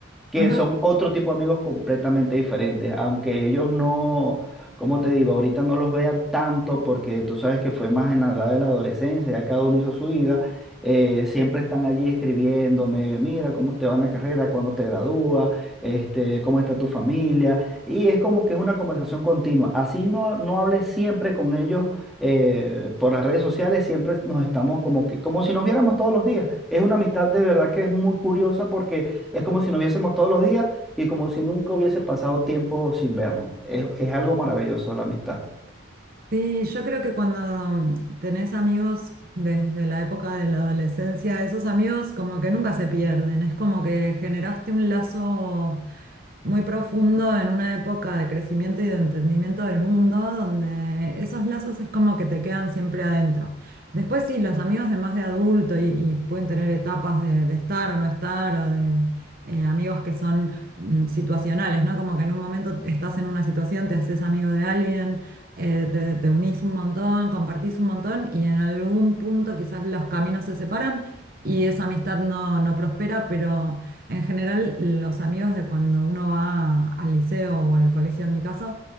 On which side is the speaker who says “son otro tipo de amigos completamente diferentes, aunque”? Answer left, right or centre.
Centre